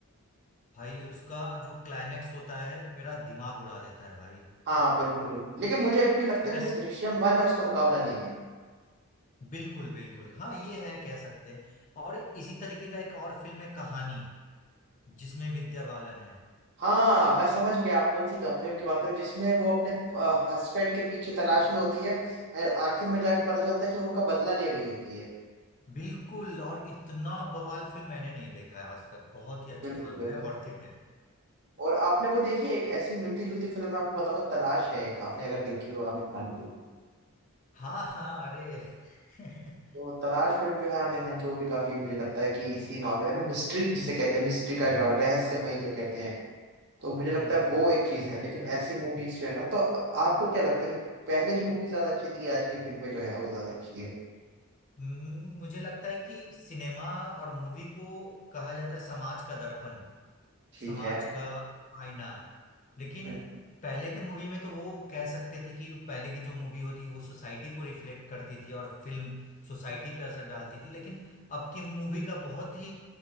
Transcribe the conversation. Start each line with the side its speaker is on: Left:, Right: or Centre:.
Left: भाई उसका जो क्लाइमेक्स होता है मेरा दिमाग उड़ा देता है भाई
Right: हाँ बिल्कुल बिल्कुल लेकिन मुझे अभी भी लगता
Left: वैसे
Right: है कि जो दृश्यम वन है उसका मुकाबला नहीं है
Left: बिल्कुल बिल्कुल हाँ ये है कह सकते हैं और इसी तरीके का एक और फिल्म है कहानी जिसमें विद्या बालन है
Right: हाँ मैं समझ गया आप कौन सी फिल्म की बात करें जिसमें वो अपने हस्बैंड के पीछे तलाश में होती है और आखिर में जाके पता चलता है कि वो उनका बदला ले रही होती है
Left: बिल्कुल और इतना बवाल फिल्म मैंने नहीं देखा है आज तक बहुत ही अच्छी
Right: बिल्कुल
Left: फिल्म
Right: बिल्कुल
Left: है वर्थ इट है
Right: और आपने वो देखी एक ऐसी मिलती जुलती फिल्म मैं आपको बताऊंगा तलाश है एक आपने अगर देखी हो आमिर खान की
Left: हाँ हाँ अरे <laughs> हम्म
Right: तो तलाश फिल्म जो है आमिर खान की वो भी काफी मुझे लगता है कि इसी मामले में ना मिस्ट्री जिसे कहते हैं मिस्ट्री का जॉनर रहस्यमय जो कहते हैं तो मुझे
Left: हम्म
Right: लगता है वो एक चीज है लेकिन ऐसी मूवीज जो है ना तो अब आपको क्या लगता है कि पहले की मूवी ज्यादा अच्छी थी कि आज की फिल्में जो है वो ज्यादा अच्छी है
Left: हम्म, मुझे लगता है कि सिनेमा और मूवी को कहा जाता है समाज का दर्पण
Right: ठीक
Left: समाज
Right: है
Left: का आईना लेकिन
Right: हम्म।
Left: पहले के मूवी में तो वो कह सकते थे कि पहले की जो मूवी होती वो सोसाइटी को रिफ्लेक्ट करती थी और फिल्म सोसाइटी पे असर डालती थी लेकिन अब की मूवी का बहुत ही